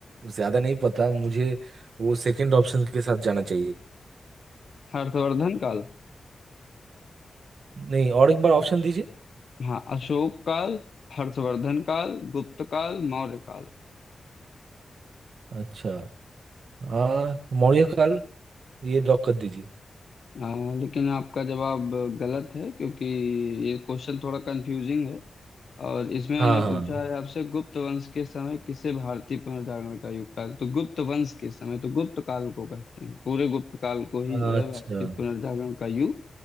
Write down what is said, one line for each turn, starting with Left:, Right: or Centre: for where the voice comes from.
Right: ज्यादा नहीं पता मुझे वो सेकंड ऑप्शन के साथ जाना चाहिए
Left: हर्षवर्धन काल
Right: नहीं और एक बार ऑप्शन दीजिए
Left: हाँ अशोक काल हर्षवर्धन काल गुप्त काल मौर्य काल
Right: अच्छा हाँ मौर्य काल ये लॉक कर दीजिए
Left: अ, लेकिन आपका जवाब गलत है क्योंकि ये क्वेश्चन थोड़ा कंफ्यूजिंग है और इसमें
Right: हाँ
Left: मैंने पूछा है आपसे गुप्त वंश के समय किसे भारतीय पुनर्जागरण का युग कहा तो गुप्त वंश के समय तो गुप्त काल को कहते हैं पूरे गुप्त काल को ही
Right: हाँ
Left: जो
Right: अच्छा
Left: है भारतीय पुनर्जागरण का युग